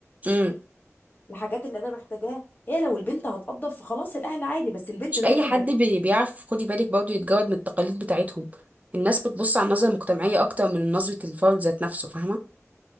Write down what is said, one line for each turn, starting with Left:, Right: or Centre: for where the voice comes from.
Right: امم.
Left: الحاجات اللي انا محتاجاها هي لو البنت هتقضف فخلاص الاهل عادي بس البنت
Right: مش
Left: دايما
Right: اي حد بي- بيعرف خدي بالك برضه يتجرد من التقاليد بتاعتهم الناس بتبص على النظرة المجتمعية اكتر من نظرة الفرد ذات نفسه فاهمة